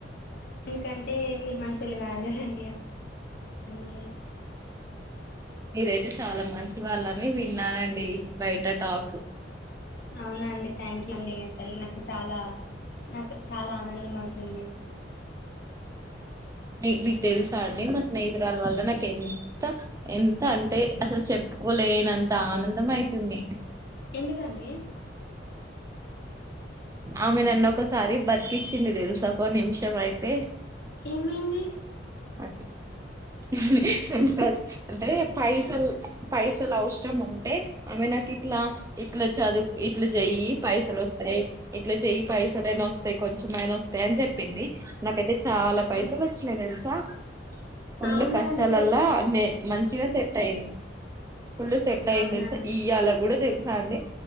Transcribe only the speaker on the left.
ఎందుకంటే మీరు మంచోళ్ళు కాదు కదండి అందుకే
అవునా అండి థ్యాంక్ యూ అండి అసలు నాకు చాలా నాకు చాలా ఆనందం అవుతుంది,
ఎందుకండి
ఏమైంది
ఉమ్,
అవునా
అండి
అవునా